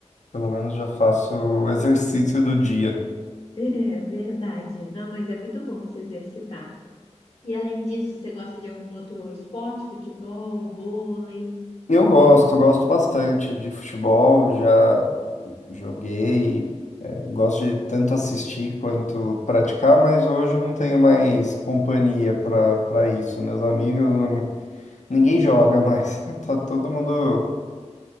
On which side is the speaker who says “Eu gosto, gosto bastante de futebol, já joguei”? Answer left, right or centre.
Left